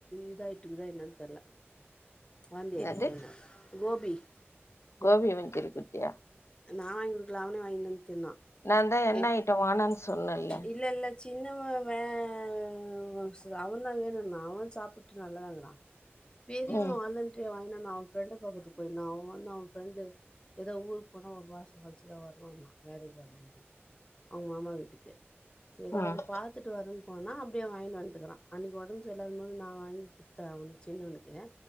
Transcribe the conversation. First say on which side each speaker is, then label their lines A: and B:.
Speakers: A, on the left (about 20°); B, on the left (about 80°).
A: இதாகிட்டுக்கு தான் என்னான்னு தெரில வாந்தியா ஆயிட்டுக்குது
B: அது
A: கோபி <inaudible>
B: கோபி மஞ்சுரியன் குடுத்தியா
A: நான் வாங்கி குடுக்கல அவனே வாங்கி தின்னுட்டு இருந்தான்
B: நான் தான் என்ன
A: ஏ
B: ஐட்டம் வேணான்னு சொன்னேன்ல
A: இல்ல இல்ல சின்னவன் வேஹ் அவன் தான் வேணும் நா அவன் சாப்பிட்டு நல்லவந்தான் பெரியவன்
B: ம்
A: வந்துட்டு என்னா நான் அவன் ஃப்ரெண்ட பாக்குறததுக்கு போயிருந்தான் அவன் வந்து அவன் பஃரெண்டு ஏதோ ஊரு போனா ஒரு மாசம் கழிச்சுதான் வருவான்னா வேலைக்காக வேண்டி அவங்க மாமா வீட்டுக்கு சரி
B: ம்
A: அவன பாத்துட்டு வரன்னு போனா அப்படியே வாங்கிட்டு வந்துருக்குறா அன்னைக்கு உடம்பு சரியில்லாத போது நான் வாங்கி குடுத்த சின்னவனுக்கு